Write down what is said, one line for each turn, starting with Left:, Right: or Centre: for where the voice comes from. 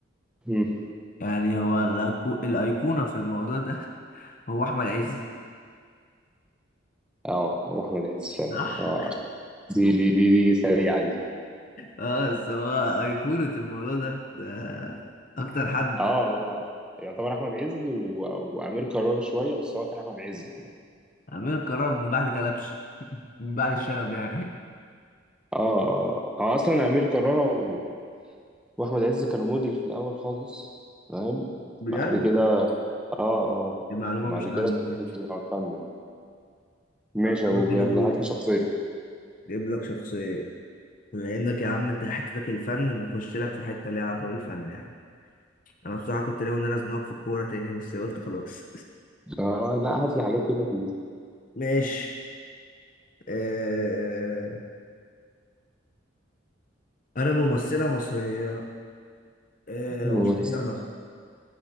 Centre: مم.
Left: يعني هو الأيكو- الايقونه في الموضوع ده <laughs> هو احمد عز
Centre: اه هو احمد عز فعلا
Left: صح
Centre: اه دي دي دي دي سريعه دي
Left: اه بس هو ايقونه الموضوع ده ده اكتر حد
Centre: اه هو يعتبر احمد عز و... وامير كرارة شويه بس هو كان احمد عز
Left: امير كرارة من بعد كلبش من بعد الشنب يعني
Centre: اه اه هو اصلا امير كرارة و... واحمد عز كانوا موديل في الاول خالص فاهم
Left: بجد
Centre: بعد كده اه اه
Left: دي معلومة
Centre: بعد
Left: مش
Centre: كده
Left: عندي
Centre: بتيجي
Left: دي
Centre: على الفن يعني ماشي
Left: طب
Centre: يا ابو
Left: يلا
Centre: بيعمل
Left: هنا دوري
Centre: هات لي شخصيه
Left: جايب لك شخصية بما انك يا عم انت حتتك الفن نخش لك في حتة ليها علاقة بالفن يا عم انا بصراحة كنت ناوي ان انا ازنقك في الكورة تاني بس قلت خلاص
Centre: اه لا هات لي حاجات كده في
Left: <laughs> ماشي آه... انا ممثلة مصرية آه...
Centre: اللذيذ
Left: قصيرة